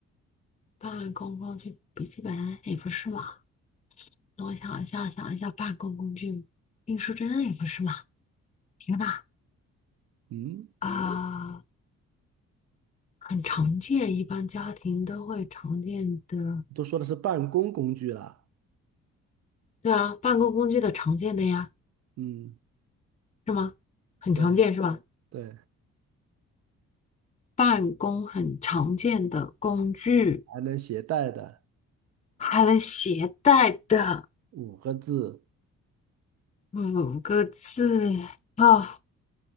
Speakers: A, on the left; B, on the right.
A: 办公工具，笔记本也不是嘛。等我想一下，想一下，办公工具，订书针也不是嘛？天呐，
B: 嗯，
A: 啊，呃很常见，一般家庭都会常见的。
B: 都说的是办公工具啦。
A: 对啊，办公工具的常见的呀，
B: 嗯，
A: 是吗？很常见是吧？
B: 对对，
A: 办公很常见的工具，
B: 还能携带的
A: 还能携带的
B: 五个字。
A: 五个字啊，